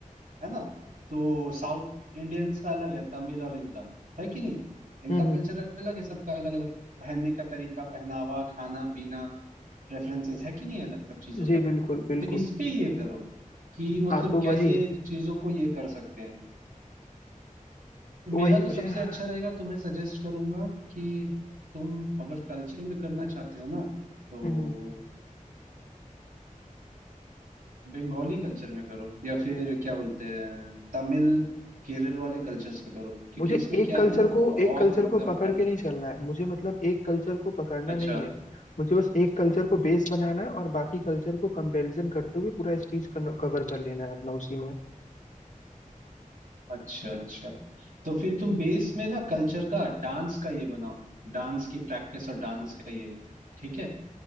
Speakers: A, on the right; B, on the left.
A: है ना तो साउथ इंडियंस का अलग है तमिल और इनका है कि नहीं इनका
B: हम्म हम्म,
A: कल्चर अलग है सबका अलग अलग पहनने का तरीका पहनावा खाना पीना प्रेफरेंसेस है कि नहीं अलग सब चीजों
B: जी
A: का
B: बिल्कुल बिल्कुल
A: तो इस पे ये करो कि मतलब
B: आ, तो
A: कैसे
B: वही
A: चीजों को ये कर सकते हैं तो
B: तो
A: मेरा
B: वही
A: तो
B: मुझे
A: सबसे
B: हम्म
A: अच्छा रहेगा तुम्हें सजेस्ट करूंगा कि तुम अगर कल्चर में करना चाहते हो ना तो
B: हम्म,
A: बंगाली कल्चर में करो या फिर क्या बोलते हैं तमिल केरल वाले कल्चर्स पे करो क्योंकि
B: मुझे
A: इसमें
B: एक
A: क्या
B: कल्चर
A: है ना
B: को
A: बहुत
B: एक कल्चर
A: मतलब
B: को पकड़
A: ड-
B: के नहीं चलना है मुझे मतलब एक कल्चर को पकड़ना
A: अच्छा
B: नहीं है मुझे बस एक कल्चर को बेस बनाना है और बाकी कल्चर को कंपैरिजन करते हुए पूरा स्पीच कवर कर लेना है अपना उसी में
A: अच्छा अच्छा तो फिर तुम बेस में ना कल्चर का डांस का ये बनाओ डांस की प्रैक्टिस और डांस का ये ठीक है